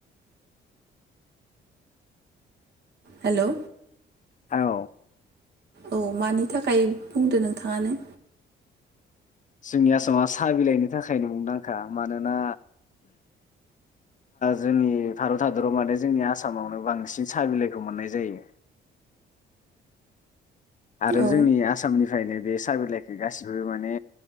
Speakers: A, on the right; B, on the left.
A: हेलौ
B: औ
A: औ मानि थाखाय बुंदो नोंथाङानो
B: जोंनि आसामा साहा बिलाइनि थाखायनो मुंदांखा मानोना जोंनि भारत हादराव माने जोंनि आसामावनो बांसिन साहा बिलाइखौ मोननाय जायो आरो
A: औ
B: जोंनि आसामनि ओखायनो बे सा बिलाइखौ गासिबो माने